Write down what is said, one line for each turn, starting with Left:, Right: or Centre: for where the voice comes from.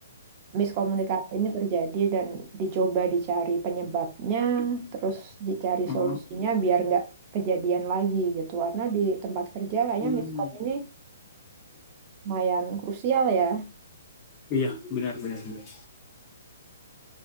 Right: miskomunikasi ini terjadi dan dicoba dicari penyebabnya, terus dicari
Left: uh,
Right: solusinya biar nggak kejadian lagi gitu. Karena di tempat kerja kayaknya
Left: hmm.
Right: miskom ini lumayan krusial ya.
Left: Iya, benar, benar, benar.